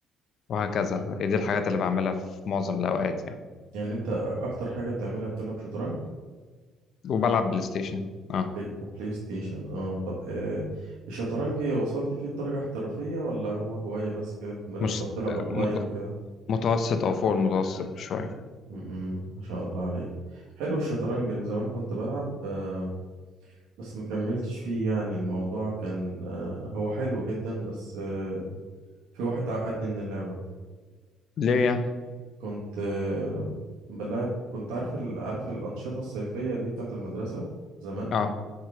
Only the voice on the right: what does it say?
مم.
يعني انت اكتر حاجة بتعملها بتلعب شطرنج
بلاي وبلاي ستيشن اه طب آه الشطرنج وصلت فيه لدرجة احترافية ولا هو هواية بس كده بتمارسها
وبتلعب
اونلاين وكده؟
امم ما شاء الله عليك حلو الشطرنج انا زمان كنت بلعب آه بس ما كملتش فيه يعني الموضوع كان آه هو حلو جدا بس آه في واحد عقدني من اللعبة
كنت آه، بلعب كنت عارف ال... عارف الأنشطة الصيفية دي بتاعت المدرسة زمان